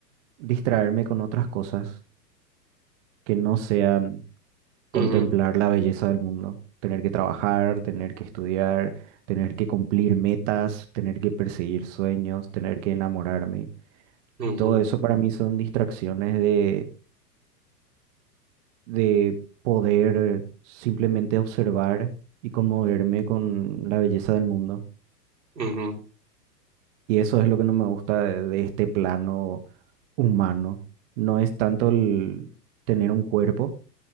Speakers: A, on the right (about 45°); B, on the right (about 80°).
A: distraerme con otras cosas que no sean contemplar
B: ujú,
A: la belleza del mundo, tener que trabajar, tener que estudiar, tener que cumplir metas, tener que perseguir sueños, tener que enamorarme.
B: ujú,
A: Todo eso para mí son distracciones de, de poder simplemente observar y conmoverme con la belleza del mundo.
B: ujú.
A: Y eso es lo que no me gusta de, de este plano humano. No es tanto el tener un cuerpo,